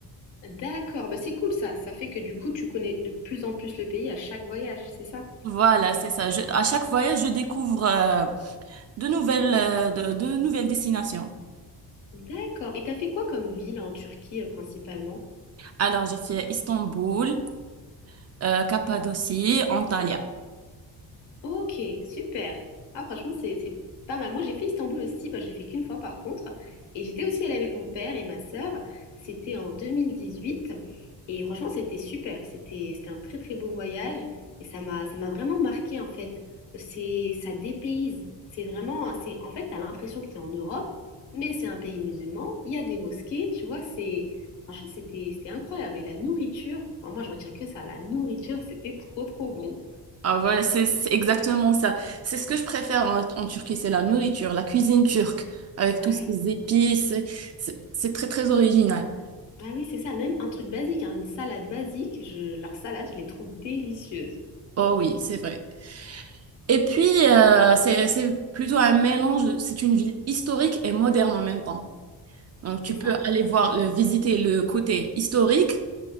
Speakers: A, on the left (about 90°); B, on the right (about 40°).
A: D'accord, bah c'est cool ça. Ça fait que du coup, tu connais de plus en plus le pays à chaque voyage, c'est ça?
B: Voilà, c'est ça. Je- à chaque voyage, je découvre euh, de nouvelles, euh, de, de nouvelles destinations.
A: D'accord. Et t'as fait quoi comme ville en Turquie euh, principalement?
B: Alors, j'ai fait Istanbul, euh, Cappadocie, Antalya.
A: Ok, super. Ah, franchement, c'est c'est pas mal. Moi, j'ai fait Istanbul aussi. Bah, je l'ai fait qu'une fois, par contre. Et j'étais aussi allée avec mon père et ma sœur. C'était en deux mille dix huit Et franchement, c'était super. C'était c'était un très, très beau voyage. Et ça m'a ça m'a vraiment marqué, en fait. C'est ça dépayse. C'est vraiment c'est en fait, t'as l'impression que t'es en Europe, mais c'est un pays musulman. Il y a des mosquées, tu vois. C'est franchement, c'était c'était incroyable. Et la nourriture, alors moi, je retiens que ça. La nourriture, c'était trop, trop bon.
B: Ah voilà, c'est c'est exactement ça. C'est ce que je préfère en, en Turquie, c'est la nourriture, la cuisine turque, avec
A: Ouais.
B: tous ces épices. C'est c'est très, très original.
A: Ah oui, c'est ça, même un truc basique, hein, une salade basique, je, leurs salades, je les trouve délicieuses.
B: Oh oui, c'est vrai. Et puis, euh, c'est, c'est plutôt un mélange, c'est une ville historique et moderne en même temps. Donc,
A: C'est
B: tu
A: ça.
B: peux aller voir, euh, visiter le côté historique